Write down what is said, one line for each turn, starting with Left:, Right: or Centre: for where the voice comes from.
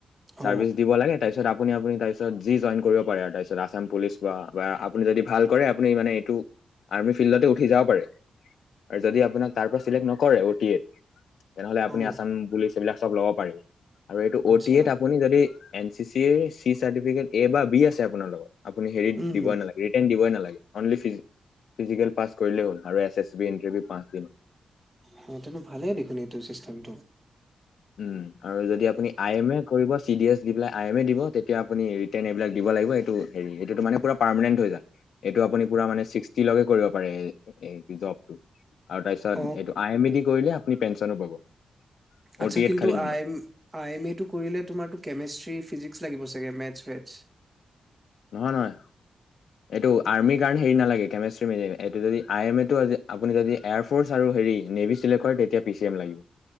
Left: চাৰ্ভিচ
Right: অ',
Left: দিব লাগে তাৰপিছত আপুনি আপুনি তাৰ পিছত যি জয়েন কৰিব পাৰে তাৰপিছত আছাম পুলিচ বা বা আপুনি যদি ভাল কৰে আপুনি মানে এইটো আৰ্মি ফিল্ডতে উঠি যাব পাৰে আৰু যদি আপোনাক তাৰ পৰা চিলেক্ট নকৰে অ টি এ তেনেহলে আপুনি
Right: অ',
Left: আচাম পুলিচ এইবিলাক চব ল'ব পাৰিব আৰু এইটো
Right: আচ্ছা
Left: অ টি এট আপুনি যদি এই চি চাৰ্টিফিকেট এ বা বি আছে আপোনাৰ লগত আপুনি হেৰিত
Right: উম,
Left: দিবই নালাগে ৰিটেৰ্ণ দিবই নালাগে অনলি ফিজিকেল পাছ কৰিলেই হ'ল আৰু এছ এছ বি ইণ্টাৰভিউ পাঁচ দিন
Right: হওঁতে টো ভালেই দেখোন এইটো চিষ্টেম থেংক ইউ
Left: উম আৰু যদি আপুনি আই এম এ কৰিব চি ডি এছ পেলাই আই এম এ দিব তেতিয়া আপুনি ৰিটেণ এইবিলাক দিব লাগিব এইটো হেৰি এইটো মানে পোৰা পাৰমেণেটত হৈ যায় এইটো আপুনি পোৰা মানে ছিক্টি লগে কৰিব পাৰে এই জব টো আৰু তাৰপিছত
Right: অ',
Left: এইটো আই এমে দি কৰিলে আপুনি পেঞ্চনো পাব অ'
Right: আচ্ছা
Left: টি এত
Right: কিন্তু
Left: খালি নাপায়
Right: আইম আই এম এটো কৰিলে তোমাৰো কেমেষ্ট্ৰি ফিজিক্স লাগিব চাগে মেথছ ফেথছ
Left: নহয় নহয় এইটো আৰ্মী কাৰণে হেৰী নেলাগে কেমেচটি এইটো যদি আই এমে টো আপুনি যদি এয়াৰ ফৰ্চ আৰু হেৰী নেভি চিলেকট হয় তেতিয়া পি চি এম লাগিব